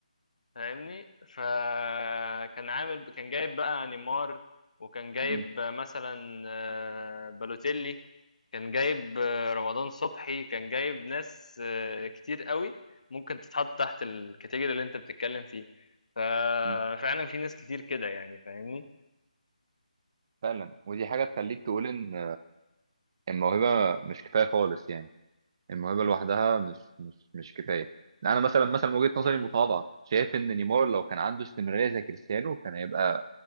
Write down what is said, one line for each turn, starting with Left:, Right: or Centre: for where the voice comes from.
Left: فاهمني فكان عامل كان جايب بقى نيمار وكان جايب
Right: مم.
Left: مثلا آه، بالوتيلي كان جايب آه، رمضان صبحي كان جايب ناس آه، كتير قوي ممكن تتحط تحت الكاتيجوري اللي انت بتتكلم فيه ففعلا
Right: مم.
Left: في ناس كتير كده يعني فاهمني
Right: فعلا ودي حاجة تخليك تقول إن الموهبة مش كفاية خالص يعني الموهبة لوحدها مش مش مش كفاية يعني أنا مثلا مثلا من وجهة نظري
Left: مم.
Right: المتواضعة شايف إن نيمار لو كان عنده استمرارية زي كريستيانو كان هيبقى